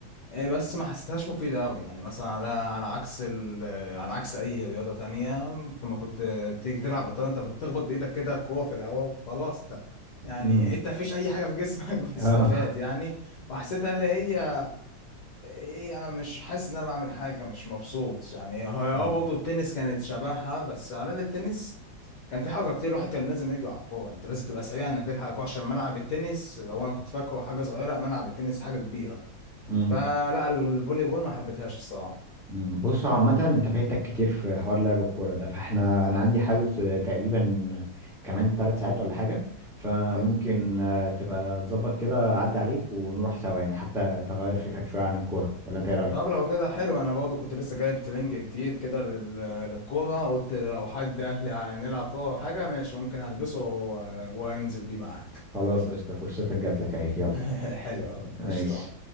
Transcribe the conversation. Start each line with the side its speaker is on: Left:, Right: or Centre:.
Left: إيه بس ما حسيتهاش مفيدة أوي يعني مثلا على على عكس ال... على عكس أي رياضة تانية لما كنت تيجي تلعب بالطيارة أنت بتخبط بإيدك كده الكورة في الهواء وخلاص ت- يعني
Centre: امم
Left: أنت مفيش أي حاجة في جسمك <laughs> بتستفاد
Centre: اه
Left: يعني وحسيتها اللي هي إيه أنا مش حاسس إن أنا بعمل حاجة مش مبسوط يعني هي أه
Centre: <laughs>
Left: برضه التنس كانت شبهها بس على الأقل التنس كان في حركة كتير الواحد كان لازم يجري على الكورة أنت لازم تبقى سريع إنك تلحق الكورة عشان ملعب التنس لو أنا كنت فاكره حاجة صغيرة ملعب التنس حاجة كبيرة
Centre: امم
Left: فلا الفولي بول ما حبيتهاش الصراحه
Centre: مم. بص هو عامة انت فايتك كتير في حوار لعب الكورة ده فاحنا انا عندي حجز تقريبا كمان ثلاث ساعات ولا حاجة فممكن
Left: حلو
Centre: آه، تبقى تظبط كده اعدي عليك ونروح سوا يعني حتى تغير فكرك شوية عن الكورة ولا انت ايه رأيك؟
Left: طب لو كده حلو انا برضو كنت لسه جايب ترنج جديد كده لل- للكوره قلت لو حد قال لي نلعب كوره أو حاجه ماشي ممكن هلبسه و- وانزل بيه معاك
Centre: خلاص قشطة فرصتك جات لك اهي يلا
Left: <laughs> حلو قوي
Centre: ماشي
Left: قشطه